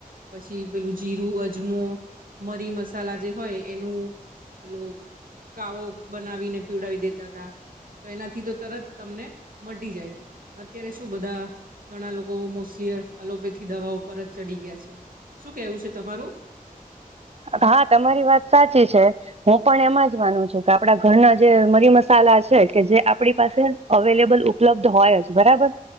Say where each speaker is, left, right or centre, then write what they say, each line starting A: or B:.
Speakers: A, on the right; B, on the right.
A: પછી પેલું જીરું અજમો મરી મસાલા જે હોય એનું પેલો કાવો બનાવીને પીવળાવી દેતા તા તો એનાથી તો તરત તમને મટી જાય અત્યારે શું બધા ઘણા લોકો મોસ્લી અલોપેથી દવાઓ પર જ ચડી ગ્યા છે શું કેવું છે તમારું?
B: હા તમારી વાત સાચી છે હું પણ એમ જ માનું છું કે આપડા ઘરના જે મરી મસાલા છે કે જે આપડી પાસે અવેલેબલ ઉપલબ્ધ હોય જ બરાબર